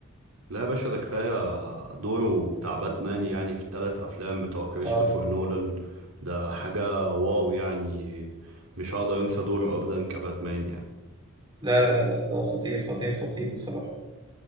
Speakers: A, on the right; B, on the right.
A: لا يا باشا ده كفاية دوره بتاع باتمان يعني في التلات أفلام بتوع كريستوفر
B: اه
A: نولان ده حاجة واو يعني مش هقدر أنسى دوره أبدا كباتمان يعني
B: لا لا لا لا، خطير خطير خطير بصراحة